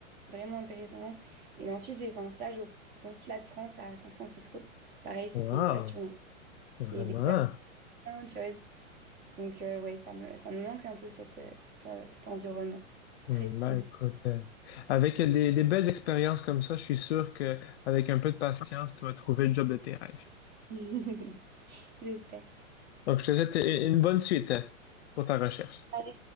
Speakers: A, on the right; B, on the left.
A: vraiment intéressant et ensuite j'ai fait un stage au consulat de France à San Francisco pareil c'était
B: Wow,
A: passionnant
B: vraiment.
A: j'ai découvert plein de choses Donc, euh, ouais, ça me, ça me manque un peu cette, euh, cette, euh, cet environnement. C'est
B: Hmm,
A: très stimulant.
B: Ben écoute, euh, avec des, des belles expériences comme ça, je suis sûr que avec un peu de patience, tu vas trouver le job de tes rêves.
A: <laughs> J'espère.
B: Donc, je te souhaite une bonne suite hein, pour ta recherche.
A: Allez,